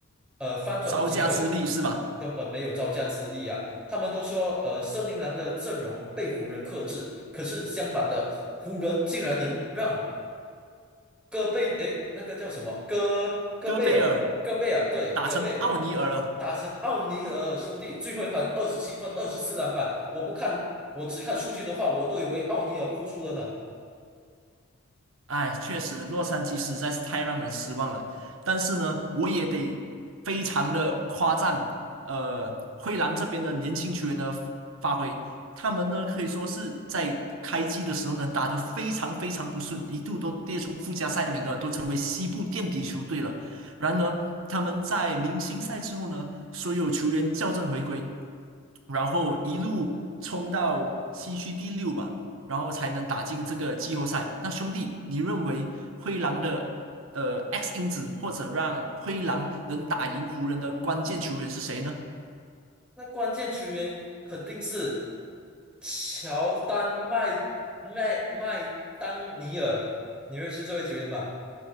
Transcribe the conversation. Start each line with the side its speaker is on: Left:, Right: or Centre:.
Centre: 呃翻转的机会，
Right: 招架之力是吧？
Centre: 根本没有招架之力啊！他们都说呃森林狼的阵容被湖人克制，可是相反的，湖人竟然能让戈贝，诶，那个叫什么？戈戈贝尔，
Right: 戈贝尔
Centre: 戈贝尔，对，
Right: 打成奥尼尔了。
Centre: 戈贝尔打成奥尼尔兄弟，最后一盘二十七分，二十四篮板。我不看，我只看数据的话，我都以为奥尼尔复出了呢。
Right: 哎，确实，洛杉矶实在是太让人失望了。但是呢，我也得非常的夸赞，呃，灰狼这边的年轻球员的发挥，他们呢可以说是在开季的时候呢打得非常非常不顺，一度都跌出附加赛名额，都成为西部垫底球队了。然而，他们在明星赛之后呢，所有球员校正回归，然后一路冲到西区第六嘛。然后才能打进这个季后赛。那兄弟，你认为灰狼的呃 X 因子或者让灰狼能打赢湖人的关键球员是谁呢？
Centre: 那关键球员肯定是乔丹麦麦麦当尼尔，你认识这位球员吧？